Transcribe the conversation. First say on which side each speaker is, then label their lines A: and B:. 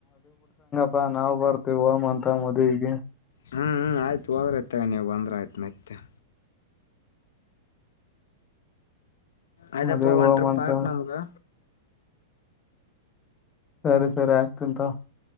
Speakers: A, on the left (about 15°); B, on the left (about 80°).
A: ವಾ ನಾವ್ ಬರ್ತೀವಿ ಹೋಗಮ್ ಅಂತ ಮದ್ವಿಗಿ.
B: ಹ್ಮ್ ಹ ಆಯ್ತ ಹೋದ್ರ ಐತ್ ತಗ ನೀವು ಬಂದ್ರ ಆಯ್ತ ಮತ್ತೆನ. ಆಯಿತಪೋ
A: ಮದ್ವಿಗ್
B: ಒಂದ್
A: ಹೋಮಂತ
B: ಟ್ರಿಪ್ ಹಾಕ್ ನಮೂಗ.
A: ಸರಿ ಸರಿ ಹಾಕ್ತೀನಿ ತೋ.